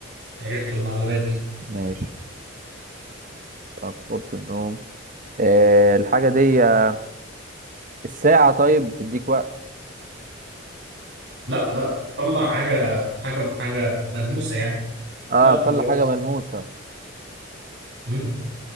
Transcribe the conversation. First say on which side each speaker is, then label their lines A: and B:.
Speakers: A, on the right; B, on the right.
A: عرفت المعلومات دي
B: ماشي بتاعت أوضة النوم آه، الحاجة دي آه، الساعة طيب بتديك وقت
A: لا لا بتطلع حاجه حاجه حاجه ملموسه يعني
B: اه
A: لا
B: بتطلع
A: برضو
B: حاجة ملموسة
A: امم